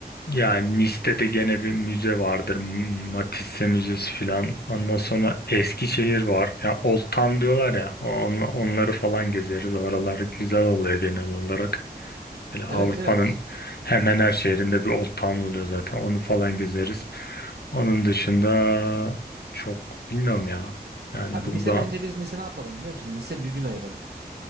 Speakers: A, on the left; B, on the right.
A: Yani Nice'de de gene bir müze vardır. M- Matisse Müzesi filan. Ondan sonra Eskişehir var. Ya Old Town diyorlar ya. on- onları falan gezeriz. Oralar güzel oluyor genel olarak. Böyle Avrupa'nın
B: Evet evet.
A: hemen her şehrinde bir Old Town oluyor zaten. Onu falan gezeriz. Onun dışında çok bilmiyorum ya. Yani
B: Abi
A: bu
B: Nice
A: da
B: bence biz Nice ne yapalım biliyor musun? Nice bir gün ayıralım.